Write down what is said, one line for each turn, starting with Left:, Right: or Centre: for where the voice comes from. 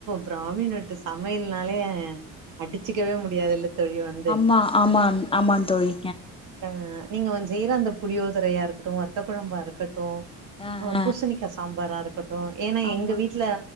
Right: பிராமின் வீட்டு சமயல்னாலே அடிச்சிக்கவே முடியாது இல்ல தோழி வந்து
Left: ஆ ஆமாம் ஆமாங் தோழி
Right: ஆ நீங்க வந்ச் செய்யற அந்த புளியோதரையா இருக்கட்டு வத்த குழம்பா இருக்கட்டு
Left: அ அ
Right: பூசிணிக்கா சாம்பாரா இருக்கட்டு ஏன்னா
Left: ஆமா
Right: எங்க வீட்ல